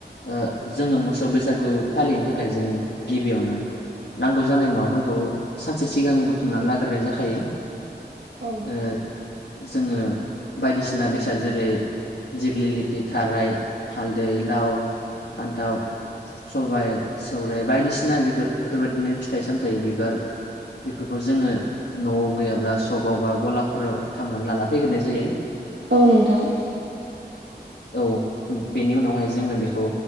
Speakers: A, on the left (about 80°); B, on the right (about 80°).
A: ओ जोङो मोसौ बैसागु फालिनो थाखाय जों गिबियावनो नांगौ जानाय मुवाफोरखौ सानसे सिगां बुथुमनानै लाग्रोनाय जाखायो।
B: औ।
A: ओ जोङो बायदिसिना बेसाद जेरै दिग्लिलिथि, थाराय हालदै, लाव, फान्थाव सबायाइ सौराइ बायदिसिना बिफोर बेफोरबायदिनो फिथाइ सामथाइ बिबार बिफोरखौ जोङो न'आव गैयाब्ला अगावबा गलाफोराव थांनानै लाना फैग्रोनाय जायो
B: औ नोंथां
A: ओ औ बेनि उनावहाय जोङो बेखौ